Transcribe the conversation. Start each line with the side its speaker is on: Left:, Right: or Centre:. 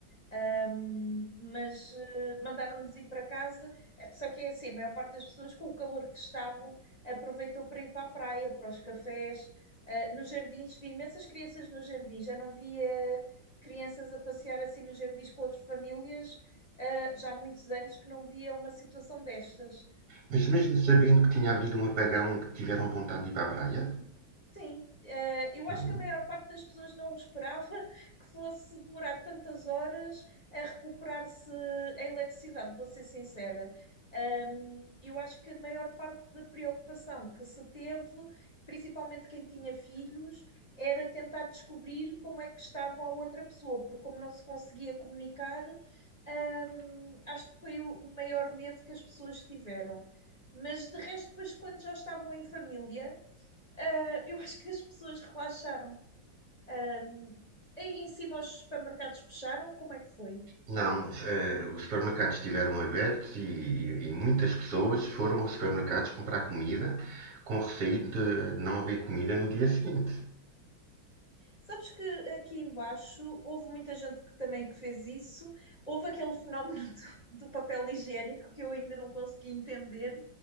Left: Ahm, mas eh, mandaram-nos ir para casa, eh, só que é assim, a maior parte das pessoas, com o calor que estava, aproveitou para ir para a praia, para os cafés, eh, nos jardins, vi imensas crianças nos jardins, já não via crianças a passear assim nos jardins com as famílias, eh, já há muitos anos que não via uma situação destas.
Right: Mas mesmo sabendo que tinha havido um apagão, que tiveram vontade de ir para a praia?
Left: Sim, eh, eu
Right: Uhum.
Left: acho que a maior parte das pessoas não esperava <laughs> que fosse demorar tantas horas a recuperar-se a eletricidade, vou ser sincera. Ahm, eu acho que a maior parte da preocupação que se teve, principalmente quem tinha filhos, era tentar descobrir como é que estava a outra pessoa, porque como não se conseguia comunicar, ahm, acho que foi o, o maior medo que as pessoas tiveram. Mas de resto, depois, quando já estavam em família ah, eu acho que as pessoas relaxaram. Ah, aí em cima os supermercados fecharam, como é que foi?
Right: Não, eh, os supermercados estiveram abertos e, e- e muitas pessoas foram aos supermercados comprar comida com receio de, de não haver comida no dia seguinte.
Left: Sabes que aqui embaixo houve muita gente que também que fez isso. Houve aquele fenómeno <laughs> do, do papel higiênico que eu ainda não consegui entender,